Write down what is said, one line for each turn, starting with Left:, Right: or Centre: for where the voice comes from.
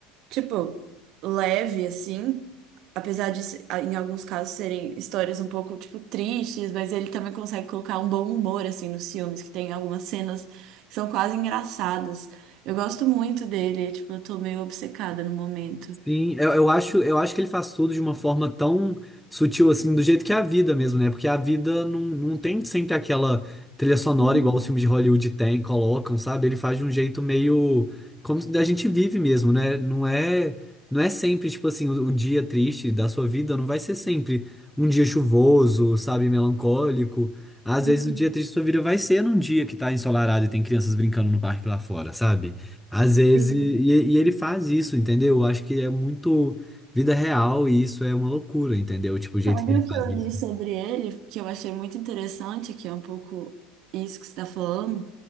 Right: tipo, leve, assim. Apesar de, se- a- em alguns casos, serem histórias um pouco, tipo, tristes, mas ele também consegue colocar um bom humor, assim, nos filmes, que tem algumas cenas que são quase engraçadas. Eu gosto muito dele, é, tipo, eu tô meio obcecada no momento.
Centre: Sim, eu, eu acho, eu acho que ele faz tudo de uma forma tão sutil assim, do jeito que é a vida mesmo, né? Porque a vida não, não tem sempre aquela trilha sonora
Right: Uhum,
Centre: igual os filmes de Hollywood tem, colocam, sabe? Ele faz de um jeito meio como a gente vive mesmo, né? Não é, não é sempre, tipo assim, o, o dia triste da sua vida não vai ser sempre um dia chuvoso, sabe, melancólico. Às
Right: uhum,
Centre: vezes o dia triste da sua vida vai ser num dia que tá ensolarado e tem crianças brincando no parque lá fora, sabe? Às vezes,
Right: Sim.
Centre: e, e ele faz isso, entendeu? Eu acho que é muito vida real e isso é uma loucura, entendeu? Tipo, o jeito
Right: Sabe
Centre: que ele
Right: o
Centre: faz
Right: que eu
Centre: isso.
Right: li sobre ele, que eu achei muito interessante, que é um pouco isso que você está falando,